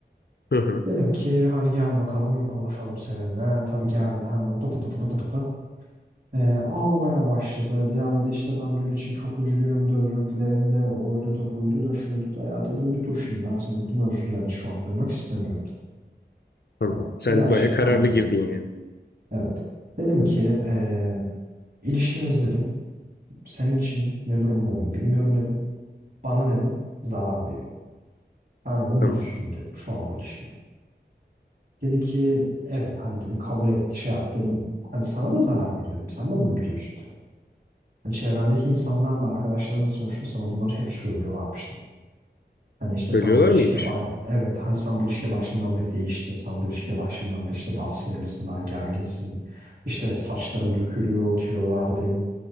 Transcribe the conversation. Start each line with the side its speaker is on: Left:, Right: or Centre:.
Left: Hı hı.
Right: Dedim ki hani gel bakalım bir konuşalım seninle. Tabii geldi hemen pıtı pıtı pıtı pıtı. Ee, ağlamaya başladı. Ya dedi işte ben dün için çok üzgünüm de özür dilerim de oydu da buydu da şuydu da ya dedim bir dur şimdi ben sana dedim özür dilerim şu an duymak istemiyorum.
Left: Tamam.
Right: Hani
Left: Sen
Right: gerçekten
Left: baya kararlı
Right: böyle.
Left: girdin yani.
Right: Evet. Dedim ki ee, ilişkimiz dedim senin için ne durumda olduğunu bilmiyorum dedim. Bana dedim zarar veriyor. Ben dedim mutsuzum
Left: Tamam.
Right: dedim şu an bu ilişkiden. Dedi ki evet hani dedi kabul etti şey yaptı dedim. Hani sana da zarar veriyor dedim. Sen de bunu biliyorsun dedim. Hani çevrendeki insanlar da arkadaşların da sonuçta sana bunları hep söylüyorlarmıştı Hani işte
Left: Ölüyorlar
Right: sen bu ilişkiye
Left: mıymış?
Right: bay- evet hani sen bu ilişkiye başından beri değiştin. Sen bu ilişkiye başından beri işte daha sinirlisin, daha gerginsin. İşte saçların dökülüyor, kilo verdin.